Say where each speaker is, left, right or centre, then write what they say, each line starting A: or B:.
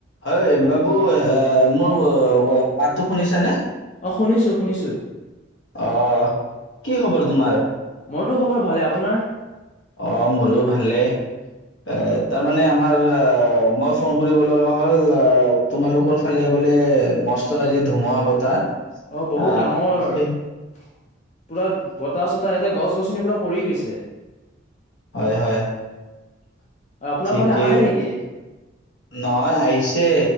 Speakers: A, on the left; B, on the left.
A: হয় বাবু এ মোৰ- অ মাতটো শুনিছে নে?
B: অ', শুনিছো শুনিছো।
A: অহ্ কি খবৰ তোমাৰ?
B: মোৰতো খবৰ ভালে আপোনাৰ?
A: অ মোৰো ভালেই, এ তাৰমানে আমাৰ মই ফোন কৰিব লগা হ'ল আহ তোমালোকৰ ফালে বোলে মস্ত আজি ধুমুহা বতাহ।
B: অ বহুত
A: আহ,
B: ডাঙৰ।
A: সেই-
B: পুৰা বতাহ চত- ইয়াতে গছ-গছনি পোৰা পৰি গৈছে।
A: হয়-হয়।
B: <inaudible>
A: ঠিকে,
B: ফালে অহা নাই নেকি
A: নহয় আহিছে